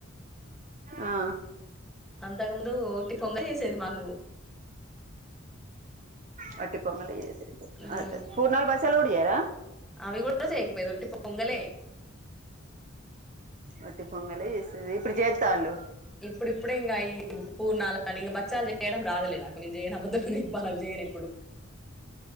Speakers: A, on the right; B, in the centre.
A: ఆ
B: అంతకుముందు ఒట్టి పొంగ చేసేది మాకు
A: వటి పొంగలి చెస్
B: మ్మ్
A: అ పూర్ణాలు బచ్చలు కూడా చేయార
B: అవి కూడా చేయకపోయేది వట్టి పొంగలే
A: వట్టి పొంగలే చేసేది ఇప్పుడు చేత్తాళ్ళు
B: ఇప్పుడు ఇప్పుడే ఇంగ ఈ పూర్ణాలు అని బచ్చాల చేయడం రాదులే నాకు నేను చేయను అబద్ధం చెప్పాలా అది చేయను ఎప్పుడు